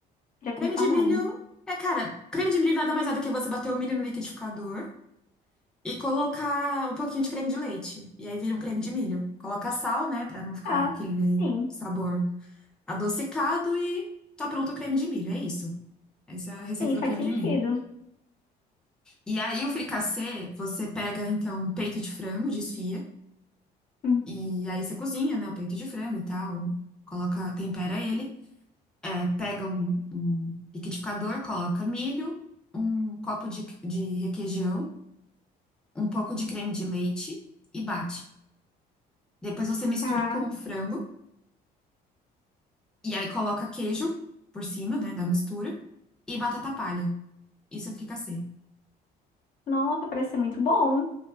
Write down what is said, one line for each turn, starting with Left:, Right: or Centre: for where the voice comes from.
Left: Já comi
Centre: Creme
Left: pamonha.
Centre: de milho é, cara, creme de milho nada mais é do que você bater o milho no liquidificador e colocar um pouquinho de creme de leite. E aí vira um creme de milho. Coloca sal, né, pra não ficar
Left: Tá,
Centre: aquele
Left: sim.
Centre: sabor adocicado e tá pronto o creme de milho. É isso. Essa é a receita
Left: Sim, faz
Centre: do creme
Left: sentido.
Centre: de milho. E aí o fricassê, você pega então um peito de frango, desfia.
Left: Hum.
Centre: E aí você cozinha, né, o peito de frango e tal, coloca, tempera ele, é, pega um, um liquidificador, coloca milho, um copo de, de requeijão, um pouco de creme de leite e bate. Depois você mistura
Left: Tá.
Centre: com o frango e aí coloca queijo por cima, né, da mistura e batata palha. Isso é fricassê.
Left: Nossa, parece ser muito bom.